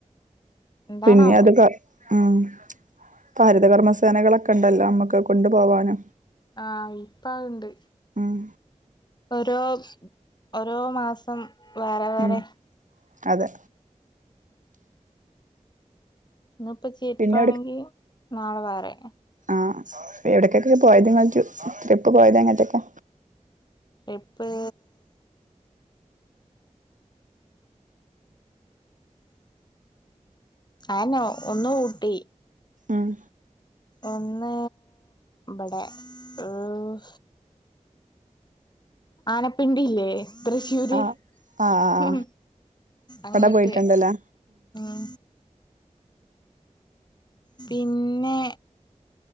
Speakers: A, on the left; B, on the right.
A: എന്താണാവോ
B: പിന്നെ അത് ക ആഹ് പ്പൊ ഹരിതകർമ്മസേനകളൊക്കെണ്ടല്ലോ നമ്മക്കത് കൊണ്ട് പോവാന്
A: ആഹ് ഇപ്പ അത്ണ്ട്
B: ഉം
A: ഓരോ ഓരോ മാസം വേറെ വേറെ
B: ഉം അതെ
A: ന്ന്പ്പ ചെര്പ്പാണെങ്കി
B: പിന്നെ
A: നാളെ വേറെ
B: ആഹ് എവ്ടെക്കെക്കെ പോയത് ങ്ങൾ ട്രി ട്രിപ്പ് പോയതെങ്ങട്ടൊക്കെ?
A: ടിപ്പ് അയന്നെ ഒന്നൂട്ടി
B: ആഹ്
A: ഒന്ന് ബ്ബടെ ഏഹ് ആനപ്പിണ്ടില്ലേ തൃശ്ശൂര്
B: ആ ആ ആ ആ
A: ഉം അങ്ങട്ട്
B: അവിടെ പോയിട്ടുണ്ടല്ലേ
A: ഉം പിന്നെ